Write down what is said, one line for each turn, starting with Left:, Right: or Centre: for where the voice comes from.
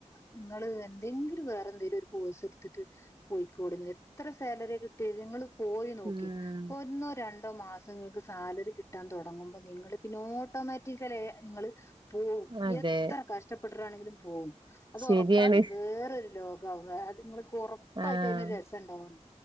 Left: നിങ്ങള് എന്തെങ്കിലും വേറെ എന്തെിലും ഒരു കോഴ്സ് എടുത്തിട്ട് പൊയ്ക്കോളിന്ന് എത്ര സാലറിയ കിട്ട <unintelligible> നിങ്ങൾ പോയി നോക്കി
Right: ഉം
Left: ഒന്നേ രണ്ടോ മാസം നിങ്ങക്ക് സാലറി കിട്ടാൻ തുടങ്ങുമ്പോ നിങ്ങള് പിന്നെ ഓട്ടോമാറ്റിക്കല നിങ്ങള് പോവും
Right: അതെ
Left: എത്ര കഷ്ടപ്പെട്ടിട്ടാണെങ്കിലും പോവും അത്
Right: ശരിയാണ്
Left: ഉറപ്പാ അത് വേറരു ലോകം അത് നിങ്ങള്ക്കൊറപ്പായിട്ട്
Right: ആഹ്
Left: അതിന് രസം ഉണ്ടാവും